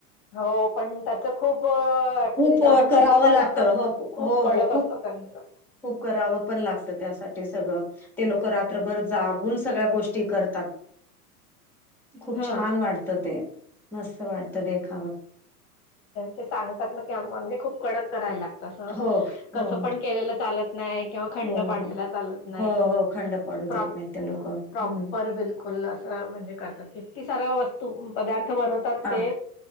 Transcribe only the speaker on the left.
हो पण त्याच खूप हो ऍक्च्युली
जास्त,
कडक
असतं
खूप
कडक
असतं त्यांचं.
हा
ते सांगतात ना की म्हणजे खूप कडक करायला लागता तसं
कापण केलेलं चालत नाही किंवा खंड
पाडलेला
चालत नाही.
प्रॉप
प्रॉपर बिलकुल फुल्ल असं म्हणजे करतात, किती साऱ्या वस्तू पदार्थ बनवतात.
ते